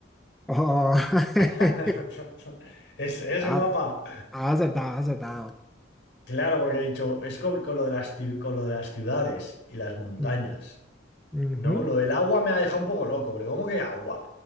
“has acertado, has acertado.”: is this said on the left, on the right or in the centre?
Centre